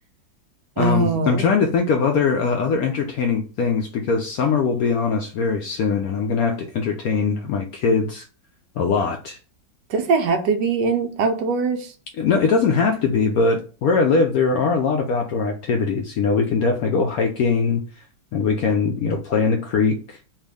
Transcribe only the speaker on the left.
Um,
I'm trying to think of other uh, other entertaining things because summer will be on us very soon, and I'm gonna have to entertain my kids a lot.
No, it doesn't have to be, but where I live, there are a lot of outdoor activities. You know, we can definitely go hiking, and we can, you know, play in the creek.